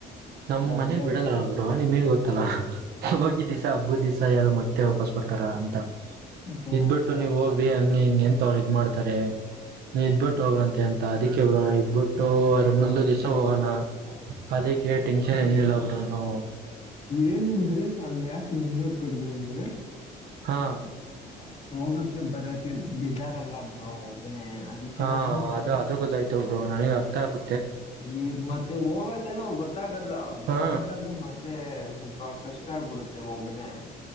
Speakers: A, on the right (about 70°); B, on the left (about 40°).
A: ನಮ್
B: ಒಬ್ನೇ
A: ಮನೇಲಿ ಬಿಡಲ್ಲ ಬ್ರೊ. ನಿಮ್ಮೆ ಗೊತ್ತಲ್ಲಾ. ಹೋಗೋಗಿ ದಿಸ ಹಬ್ಬೂ ದಿಸ. ತಯಾರ್ ಮತ್. ತ್ತೆ ವಾಪಸ್ ಬಡ್ತಾರ ಅಂತ
B: ಬ್ರೋ
A: ಇದ್ ಬಿಿಟ್ಟು ನೀವ್ ಹೋಗ್ರಿ ಹಂಗೆ ಹಿಂಗೆ ಅಂತ್. ತೊಳಿ. ಮಾಡ್ತಾರೆ. ನೀ ಇದ್
B: ಹ್ಮ್
A: ಬಿಟ್ ಹೋಗ್ರಂತೆ ಅಂತ ಅದಿಕ್ಕೆ. <unintelligible> ಇದ್ಬಿಟ್ಟು ಅದ್ರ ಮುಂದೆ ಡಿಶ್. ತೊಗೋಣ ಕದಕ್ಕೆ ಟೆನ್ಷನ್ ಏನಿಲ್ಲ. ಆದ್ರೂನು.
B: ಏನು ಅಂದ್ರೆ ಅಲ್ಲಿ ಯಾಕ ನಿಮನ ಕಡ್ದೆ ಅಂದ್ರೆ. <inaudible>
A: ಹಾ
B: <unintelligible> <unintelligible> ಬರಕೆ ಬೇಜಾರಲ್ಲ ಬ್ರೋ ಒಬ್ಬನೇ. ಅದಕ್ಕೆ
A: ಹಾ
B: ನಾನು
A: ಅದು ಅದು ಗೊತ್ತಾಯ್ತು ಬ್ರೊ ನನಿಗ ಕಬ್.
B: ಈ ಮತ್ತೆ ಹೋಗೋದೇನು ಗೊತ್ತಾಗಲ್ಲ ಬರ್ಬೇಕಾದ್ರೆ
A: ಹಾ
B: ಮತ್ತೆ. ಸ್ವಲ್ಪ ಕಷ್ಟ ಆಗ್ಬಿಡುತ್ತೆ ಒಬ್ಬನೇ.